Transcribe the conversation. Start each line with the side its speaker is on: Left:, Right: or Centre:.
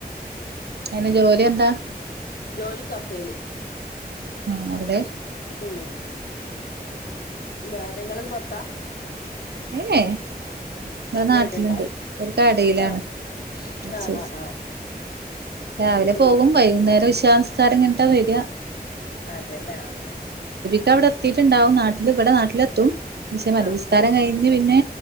Right: അയിന് ജോലി എന്താ
Left: ജോലി കഫേല്
Right: ആഹ് അവിടെ
Left: ഉം വേറെ നിങ്ങളത് പോറത്താ
Right: ഏഹ് ഏഹ് ഇവിടെ നാട്ട്ലിണ്ട്
Left: ഇവിടെണ്ടാ
Right: ഒരു കടയിലാണ്
Left: ആഹ്
Right: ടെക്സെസ്
Left: ആഹ് ആഹ് ആഹ്
Right: രാവിലെ
Left: പിന്നെ
Right: പോകും വൈന്നേരം ഇഷാനിസ്കാരംകയ്ന്നിട്ട വര
Left: അതെല്ലേ ആഹ് ആഹ്
Right: ത അവിടെ എത്തിയിട്ടുണ്ടാവും നാട്ടിൽ ഇവിടെ നാട്ടിലെത്തും ക്ഷെ മത്ബി
Left: ആഹ് ആഹ്
Right: സ്കാരം കഴിഞ്ഞ് പിന്നെ